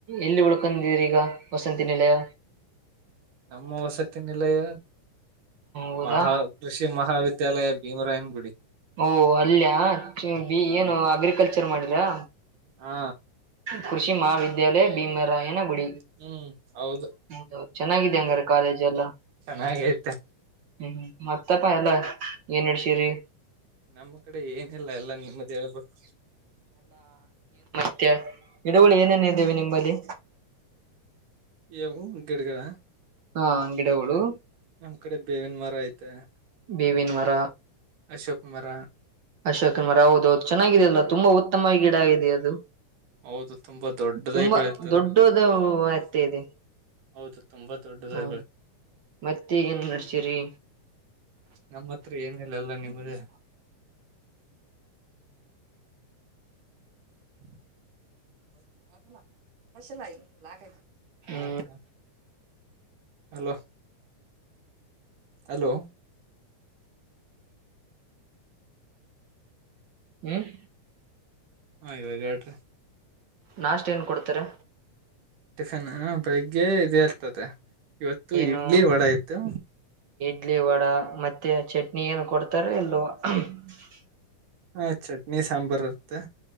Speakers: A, on the right (about 45°); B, on the right (about 80°).
A: ಎಲ್ಲಿ ಉಳ್ಕೊಂಡೀರಿ ಈಗ. ವಾಸಂತಿ ನಿಲಯ.
B: ನಮ್ಮ ವಸತಿ ನಿಲಯ
A: ಹೌದಾ
B: ಮಹಾ ಕೃಷಿ ಮಹಾವಿದ್ಯಾಲಯ ಭೀಮರಾಯನ್ ಗು
A: ಓ ಅಲ್ಯಾ
B: ಹಾ
A: ಏನು ಅಗ್ರಿಕಲ್ಚರ್ ಮಾಡ್ ರಾ.
B: ಹಾ.
A: ಕೃಷಿ ಮಹಾವಿದ್ಯಾಲಯ ಭೀಮರಾಯನಗುಡಿ.
B: ಹ್ಮ್ ಹೌದು
A: ಹೌದು ಚೆನ್ನಾಗಿದೆ ಅಂಗಾರ ಕಾಲೇಜ ಎಲ್ಲಾ.
B: ಚೆನ್ನಾಗೈತೆ
A: ಹ್ಮ್ ಹ್ಮ ಮತ್ತಪ್ಪ ಎಲ್ಲಾ ಏನ್ ನಡ್ಸ್ರರಿ.
B: ನಮ್ಮ ಕಡೆ ಏನಿಲ್ಲ ಎಲ್ಲಾ ನಿಮ್ಮದೇ ಹೇಳಬೇಕು.
A: ಮತ್ಯ ಗಿಡಗಳು ಏನೇನೇ ಇದಾವೆ ನಿಮ್ಮ ಅಲ್ಲಿ.
B: ಎ ಹೋಮ್ ಗಿಡಗಳ್ ಹಾ.
A: ಹಾ ಗಿಡಗಳು
B: ನ ನಮ್ಮ್ ಕಡೆ ಬೇವಿನ ಮರ ಐತ. ಮತ್ತೆ.
A: ಬೇವಿನ ಮರ.
B: ಅಶೋಕ್ ಮರ.
A: ಅಶೋಕ್ ಮರ ಹೌದೌದು ಚೆನ್ನಾಗಿದೆಯಲ್ಲ ತುಂಬಾ ಉತ್ತಮ ಗಿಡ ಆಗಿದೆ ಅದು.
B: ಹೌದು ತುಂಬಾ ದೊಡ್ಡದಾಗಿ
A: ತುಂಬಾ
B: ಬೆಳತದ್
A: ದೊಡ್ಡದ ಎತ್ತ ಇದೆ
B: ಹೌದು ತುಂಬಾ ದೊಡ್ಡದಾಗಿ
A: ಹ್ಮ
B: ಬೆಳತ್
A: ಮತ್ತೆ ಏನ್ ನಡ್ಸಿರಿ
B: ನಮ್ಮ ಹತ್ರ ಏನಿಲ್ಲ ಅಲ್ಲ ನಿಮ್ದೇ. <unintelligible>
A: ಹ್ಮ್
B: <inaudible> ಹಲೋ. ಹಲೋ.
A: ಹ್ಮ್.
B: ಹಾ ಇವಾಗ ಹೇಳ್ಟ್ರಿ.
A: ನಾಷ್ಟೇನ್ ಕೊಡ್ತಿರ.
B: ಟಿಫಿನಾ ಬೆಳಿಗ್ಗೇ ಇದ ಇರ್ತ್ ತ್ತದೆ ಇವತ್ತು
A: ಏನು
B: ಇಡ್ಲಿ ವಡ ಇತ್ತು.
A: ಇಡ್ಲಿ ವಡ ಮತ್ತೆ ಚಟ್ನಿ ಏನು ಕೊಡ್ತಾರೋ ಇಲ್ಲೋ. <unintelligible>
B: ಆ ಚಟ್ನಿ ಸಾಂಬಾರ್ ಇರ್ತ್ತೆ.